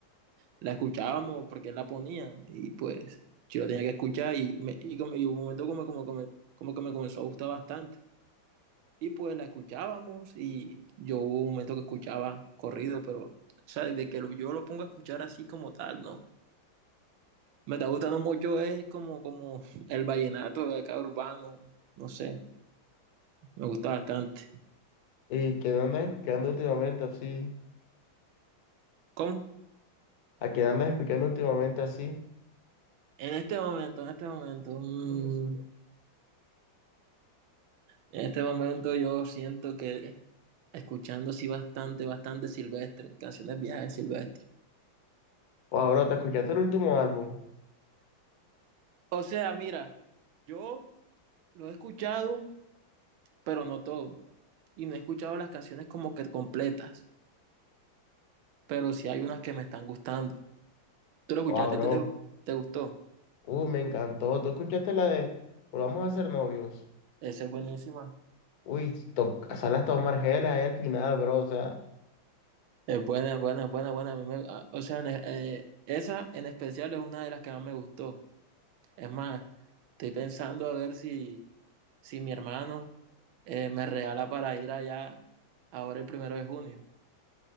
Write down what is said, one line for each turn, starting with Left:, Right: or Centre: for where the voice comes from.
Right: la escuchábamos porque él la ponía y pues yo la tenía que escuchar y, me, y, como, y hubo un momento como, como, como, como que me comenzó a gustar bastante. Y pues la escuchábamos y yo hubo un momento que escuchaba corrido, pero, o sea, de que lo- yo lo pongo a escuchar así como tal, ¿no? Me está gustando mucho es como, como <laughs> el vallenato de acá urbano, no sé, me gusta bastante.
Left: ¿eh? ¿Y quién andas escuchando últimamente así?
Right: ¿Cómo?
Left: ¿A quién andas escuchando últimamente así?
Right: En este momento, en este momento, mm, en este momento yo siento que escuchando sí bastante, bastante Silvestre, canciones viejas de Silvestre.
Left: Wow, bro, ¿te escuchaste el último álbum?
Right: O sea, mira, yo lo he escuchado, pero no todo. Y no he escuchado las canciones como que completas, pero sí hay unas que me están gustando. ¿Tú lo escuchaste?
Left: Wow, bro.
Right: ¿Te, te, te gustó?
Left: Uy, me encantó. ¿Tú escuchaste la de Volvamos a ser novios?
Right: Esa es buenísima.
Left: Uy, to- sale hasta Omar Geles ahí al final, bro. O sea,
Right: Es buena, buena, buena, buena. A mí me- a- O sea, en- eh, esa en especial es una de las que más me gustó. Es más, estoy pensando a ver si, si mi hermano eh, me regala para ir allá ahora el primero de junio